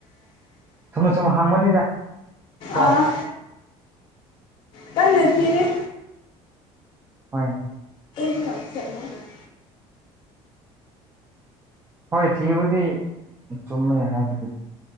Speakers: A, on the right (about 20°); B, on the left (about 45°).
A: ꯆꯨꯝꯅꯁꯨꯝ ꯈꯪꯕꯅꯤꯗ ꯀꫭ
B: ꯑꯥ ꯀꯟꯅ ꯊꯤꯔꯤ
A: ꯍꯣꯏ
B: <unintelligible>
A: ꯍꯣꯏ ꯊꯤꯕꯨꯗꯤ ꯆꯨꯝꯃꯦ ꯍꯥꯏꯕꯗꯤ